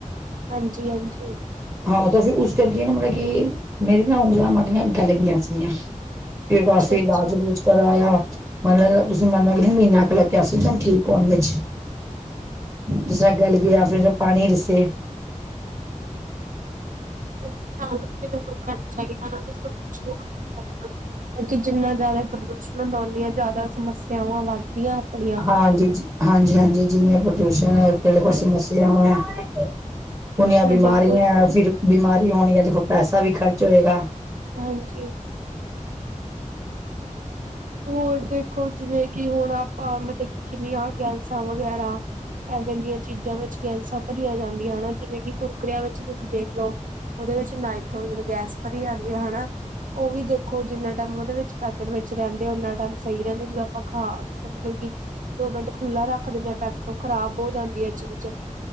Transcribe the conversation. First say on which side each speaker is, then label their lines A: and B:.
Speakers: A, on the right; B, on the right.
A: ਹਾਂਜੀ- ਹਾਂਜੀ।
B: ਹਾਂ, ਤਾਂ ਫਿਰ ਉਸ ਕਰਕੇ ਨਾ ਮਤਲਬ ਕਿ, ਮੇਰੀ ਨਾ ਉਂਗਲਾਂ ਮੇਗੀਆਂ ਗਲ ਗਿਆਂ ਸੀਗੀਆਂ। ਫ
A: ਅੱਛਾ
B: ਵਸੀ
A: ਅੱਛਾ
B: ਇਲਾਜ- ਲੂਜ ਕਰਿਆ। ਮਤਲਬ ਤੁਸੀਂ ਮੰਨ ਲਓ ਕਿ ਮਹੀਨਾ ਕੁ ਲੱਗਿਆ ਸੀ ਮੈਨੂੰ ਠੀਕ ਹੋਣ ਵਿੱਚ। ਜਿਸ ਗਲ ਗਿਆ ਫਿਰ ਪਾਣੀ ਰਿਸੇ
A: ਲੋਕ ਚਾਹੀ <unintelligible> ਜਿੰਨਾ ਜ਼ਿਆਦਾ ਪ੍ਰਦੂਸ਼ਣ ਹੁੰਦਾ। ਉਣਿਆਂ ਜ਼ਿਆਦਾ ਸਮੱਸਿਆਵਾਂ ਵੱਧ ਯਾ ਆਪਣੀਆਂ।
B: ਹਾਂਜੀ- ਹਾਂਜੀ- ਹਾਂਜੀ ਜਿੰਨੀਆਂ ਪ੍ਰਦੂਸ਼ਣ ਹੈ ਤੁ ਕੋਲ
A: ਹਾਂਜੀ
B: ਸਮੱਸਿਆ ਹੈ। ਉਨੀਆਂ
A: ਹੁਣ
B: ਬਿਮਾਰੀਆਂ।
A: ਦੇਖੋ
B: ਫਿਰ ਬਿਮਾਰ ਹੋਣੀਆਂ ਦੇਖੋ ਪੈਸਾ ਵੀ ਖਰਚ ਹੋਏਗਾ।
A: ਹਾਂਜੀ। ਹੋਰ ਦੇਖੋ ਜਿਵੇਂ ਕਿ ਹੁਣ ਆਪਾਂ ਮਤਲਬ ਕਿ ਕਿੰਨੀਆਂ ਗੈਸਾਂ ਵਗੈਰਾ ਐਵੇਂ ਦੀਆਂ ਚੀਜ਼ਾਂ ਵਿੱਚ ਗੈਲਸਾਂ ਭਰੀਆਂ ਜਾਂਦੀਆਂ ਹਨ। ਜਿਵੇਂ ਕਿ ਗ ਕੁੱਕਰਿਆਂ ਵਿੱਚ ਤੁਸੀਂ ਦੇਖ ਲਓ। ਉਹਦੇ ਵਿੱਚ ਨਾਈਟ੍ਰੋਜਨ ਗੈਸ ਭਰੀ ਜਾਂਦੀ ਹੈ। ਹਨਾ। ਉਹ ਵੀ ਦੇਖੋ ਜਿੰਨਾ ਟਾਈਮ ਉਹਦੇ ਵਿੱਚ ਪੈਕੇਟ ਵ। ਰਹਿੰਦੇ ਆ ਉਹਨਾਂ ਟਾਈਮ ਸਹੀ ਰਹਿੰਦਾ ਜਦੋਂ ਆਪਾਂ ਖਾ ਮਤਲਬ ਕਿ ਦੋ ਮਿੰਟ ਖੁੱਲ੍ਹਾ ਰੱਖ ਦਿੰਦੇ ਹਾਂ। ਪੈ ਖ਼ਰਾਬ ਹੋ ਜਾਂਦੀ ਹੈ ਚੀਜ਼।